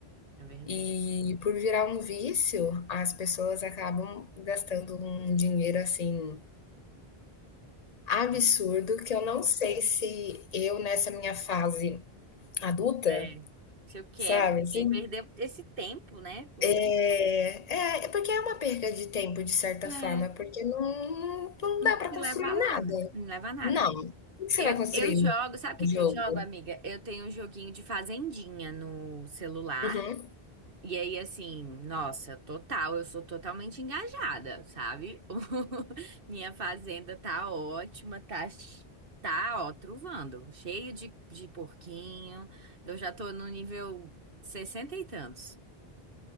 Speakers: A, on the right; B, on the left.
A: é verdade.
B: E por virar um vício, as pessoas acabam gastando um dinheiro assim absurdo
A: É.
B: que eu não sei se eu nessa minha fase Adulta?
A: É. Se eu quero
B: Sabe,
A: também
B: assim?
A: perder esse tempo, né, com
B: É,
A: isso.
B: é é porque é uma perca de tempo, de certa
A: É,
B: forma, porque não não não
A: não
B: dá
A: te
B: pra construir
A: leva lá,
B: nada.
A: né? não leva a nada,
B: Não,
A: né?
B: o que que você
A: Eu,
B: vai construir
A: eu jogo,
B: no
A: sabe o que
B: jogo?
A: que eu jogo, amiga? Eu tenho um joguinho de fazendinha no celular.
B: Uhum,
A: E aí, assim, nossa, total, eu sou totalmente engajada, sabe? <laughs> Minha fazenda tá ótima, tá, ch- tá, ó, truvando, cheio de, de porquinho. Eu já tô no nível 60 e tantos.